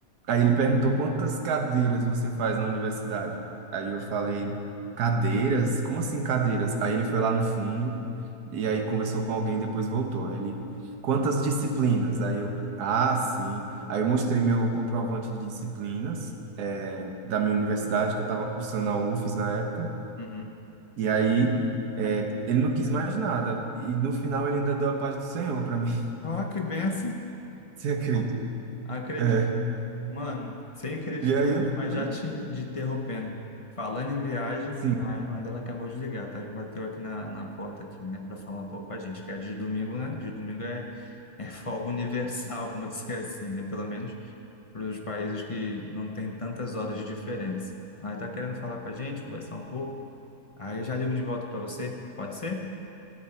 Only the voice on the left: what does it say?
Uhum.
ó, que benção.
Acredito.
Mano, sem querer
te interromper,
mas
já te te interrompendo. Falando em viagem,
a irmã dela acabou de ligar, tá? Bateu aqui na, na porta aqui, né? Pra falar um pouco com a gente, que é de domingo, né? De domingo é, é folga universal, <laughs> vamos dizer assim, né? Pelo menos para os países que não tem tantas horas de diferença. Aí tá querendo falar com a gente, conversar um pouco. Aí eu já ligo de volta para você. Pode ser?